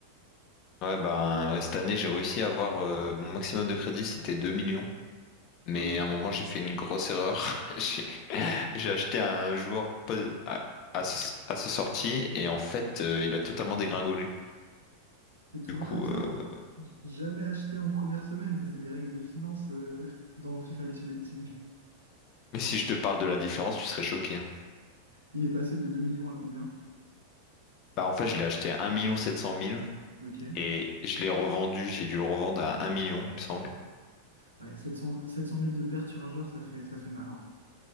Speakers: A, on the left; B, on the right.
A: ouais, ben ouais, cette année j'ai réussi à avoir euh, mon maximum de crédit, c'était 2 millions. Mais
B: Pas mal.
A: à un moment, j'ai fait une grosse erreur. <laughs> J'ai j'ai acheté un joueur pas- à, à, sa à sa sortie et en fait, euh, il a totalement dégringolé.
B: C'est toujours
A: Du coup,
B: comme ça.
A: euh,
B: Jamais acheté en première semaine. Ça, c'est des règles de finance euh, dans FIFA Ultimate Team.
A: mais si je te parle de la différence, tu serais choqué. hein.
B: Il est passé de 2 millions à combien?
A: Bah, en fait, je l'ai acheté à un million sept cent mille
B: Ok.
A: et je l'ai revendu. J'ai dû le revendre à un million, il me semble.
B: Ouais, sept cents, sept cent mille de pertes sur un joueur, ça fait, ça fait mal. hein.